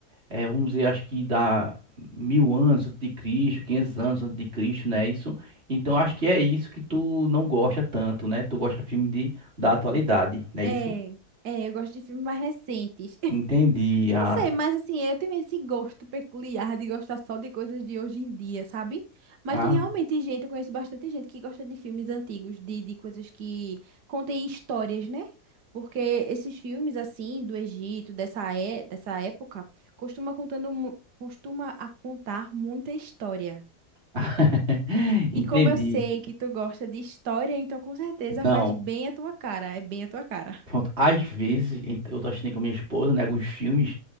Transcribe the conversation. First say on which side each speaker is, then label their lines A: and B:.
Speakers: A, on the right (about 40°); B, on the right (about 90°).
A: é, vamos dizer, acho que dá mil anos antes de Cristo, 500 anos antes de Cristo, né? Isso. Então acho que é isso que tu não gosta tanto, né? Tu gosta de filme de, da atualidade, né?
B: É,
A: Isso?
B: é, eu gosto de filmes mais recentes. <laughs>
A: Entendi.
B: Não
A: Ah,
B: sei, mas assim, eu tenho esse gosto peculiar de gostar só de coisas de hoje em dia, sabe? Mas
A: ah.
B: tem realmente gente, eu conheço bastante gente que gosta de filmes antigos, de, de coisas que contêm histórias, né? Porque esses filmes, assim, do Egito, dessa, é, dessa época, costuma contando, mu- costuma a contar muita história.
A: <laughs> Entendi.
B: E como eu sei que tu gosta de história, então com certeza
A: Não.
B: faz bem a tua cara, é bem a tua cara.
A: Pronto, às vezes ent- eu tô assistindo com a minha esposa, né, alguns filmes,